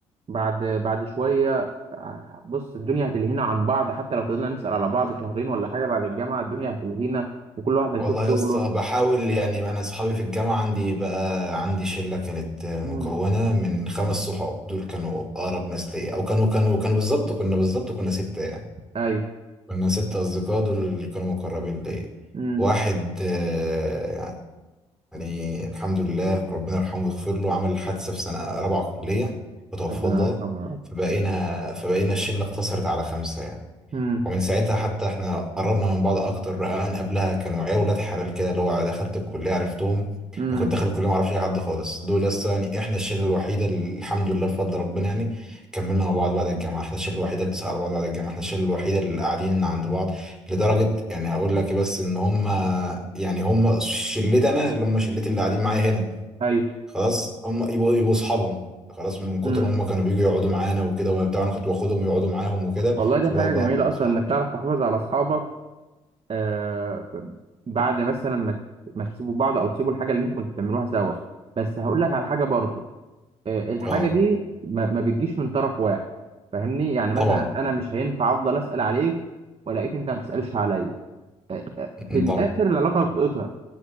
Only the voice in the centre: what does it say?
والله
يا
اسطى بحاول يعني انا اصحابي في الجامعه عندي بقى عندي شله كانت مكونه
من خمس صحاب دول كانوا اقرب ناس ليا او كانوا كانوا كانوا بالظبط كنا بالظبط كنا سته يعني
كنا سته اصدقاء دول اللي كانوا مقربين ليا
واحد آه، يعني الحمد لله ربنا يرحمه ويغفر له عمل حادثه في سنه رابعه كليه وتوفى
الله
فبقينا فبقينا الشله اقتصرت على خمسه يعني
ومن ساعتها حتى احنا قربنا من بعض اكتر انا قبلها كانوا عيال ولاد حلال كده اللي هو دخلت الكليه عرفتهم
انا كنت داخل الكليه ما اعرفش اي حد خالص دول لسه يعني احنا الشله الوحيده اللي الحمد لله بفضل ربنا يعني كملنا مع بعض بعد الجامعه احنا الشله الوحيده اللي بتسأل على بعض بعد الجامعه احنا الشله الوحيده اللي قاعدين عند بعض لدرجه يعني هقول لك إيه بس ان هم يعني هم شلتي انا اللي هم شلتي اللي قاعدين معايا هنا
خلاص هم يبقوا يبقوا اصحابهم خلاص من كتر
ما هم كانوا بييجوا يقعدوا معانا وكده وبتاع انا كنت باخدهم يقعدوا معاهم وكده
فبقى
بقى بقى
اصحاب
اه
طبعا
أمم،
طبعا